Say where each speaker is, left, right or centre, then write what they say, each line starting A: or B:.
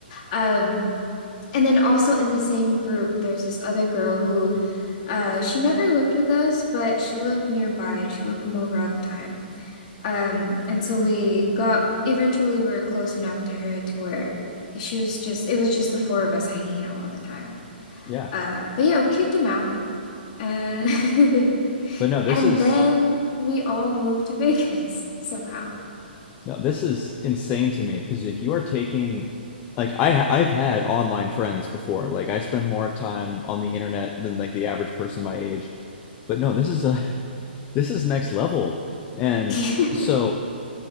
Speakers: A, on the left (about 45°); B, on the left (about 25°).
A: Um, and then also in the same group, there's this other girl who uh she never lived with us, but she lived nearby and she would come over all the time. Um, and so we got eventually we were close enough to her to where she was just it was just the four of us hanging out all the time.
B: Yeah.
A: Uh, but yeah, we kicked him out. Uh, <laughs>
B: But no, this
A: and
B: is
A: then we all moved to Vegas somehow.
B: no, this is insane to me because like you are taking like I ha- I've had online friends before. Like I spend more time on the internet than like the average person my age. But no, this is a this is next level. And
A: <laughs>
B: so